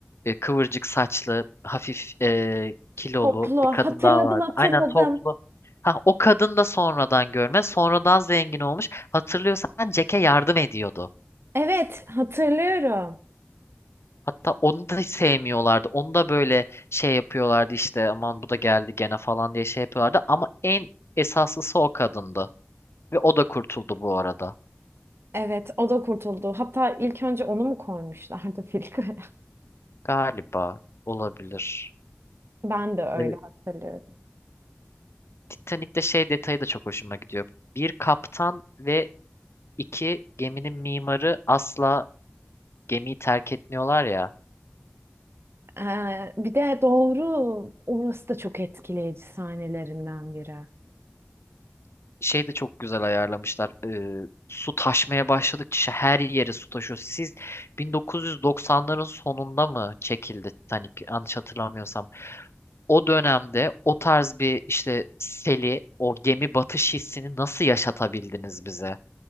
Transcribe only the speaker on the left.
e, kıvırcık saçlı, hafif e, kilolu
bir
kadın daha vardı.
Aynen toplu. Ha, o kadın da sonradan görme, sonradan zengin olmuş. Hatırlıyorsan Jack'e yardım ediyordu.
Hatta onu da hiç sevmiyorlardı. Onu da böyle şey yapıyorlardı işte aman bu da geldi gene falan diye şey yapıyorlardı. Ama en esaslısı o kadındı. Ve o da kurtuldu bu arada.
Galiba olabilir.
Ee,
Titanic'te şey detayı da çok hoşuma gidiyor. Bir kaptan ve iki geminin mimarı asla gemiyi terk etmiyorlar ya.
Şey de çok güzel ayarlamışlar. Ee, su taşmaya başladıkça her yere su taşıyor. Siz 1990'ların sonunda mı çekildi Titanic yanlış hatırlamıyorsam. O dönemde o tarz bir işte seli, o gemi batış hissini nasıl yaşatabildiniz bize?